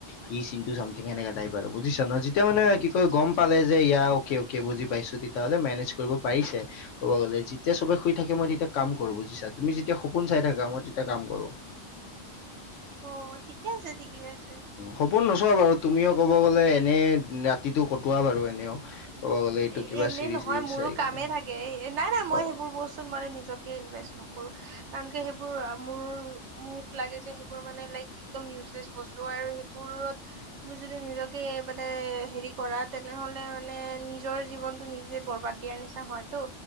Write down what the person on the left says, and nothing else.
he is <unintelligible> ঠিক সেনেকা টাইপ আৰু বুজিছা ন যেতিয়া মানে
কি কয়
গম
পালে যে ইয়া অকে অকে বুজি পাইছো তেতিয়া হ'লে মেনেজ কৰিব পাৰিছে ক'ব গলে যেতিয়া চবে শুই থাকে মই তেতিয়া কাম কৰো বুজিছা তুমি যেতিয়া সপোন চাই থাকা মই তেতিয়া কাম কৰো
সপোন নোচোৱা বাৰু তুমিও ক'ব গলে এনে ৰাতিটো কটোৱা বাৰু এনেও ক'ব গ'লে এইটো
কিবা
চিৰি
চিৰি
চাই কেনে
অ